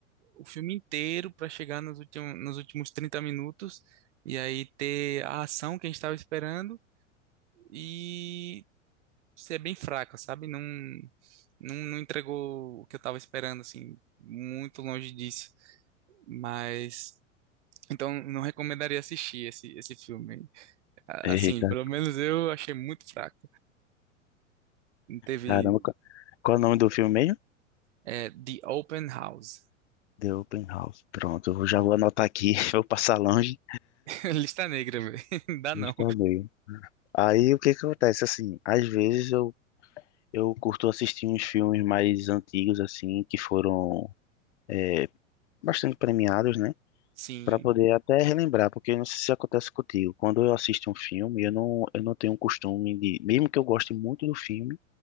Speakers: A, on the right; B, on the left.
A: o filme inteiro pra chegar nos últimos, nos últimos 30 minutos e aí ter a ação que a gente tava esperando. E ser bem fraca, sabe? Não, não, não entregou o que eu tava esperando, assim, muito longe disso. Mas, então, não recomendaria assistir esse, esse filme. A-
B: Eita,
A: Assim, pelo menos eu achei muito fraco. Teve
B: caramba, qual, qual é o nome do filme mesmo?
A: é, The Open House.
B: The Open House. Pronto, eu já vou anotar aqui, <laughs> vou passar longe.
A: <laughs> Lista negra, velho. <laughs> Dá não.
B: está bem Aí o que que acontece? Assim, às vezes eu, eu curto assistir uns filmes mais antigos, assim, que foram. é, bastante premiados, né?
A: Sim.
B: Para poder até relembrar, porque eu não sei se acontece contigo. Quando eu assisto um filme, eu não, eu não tenho um costume de, mesmo que eu goste muito do filme,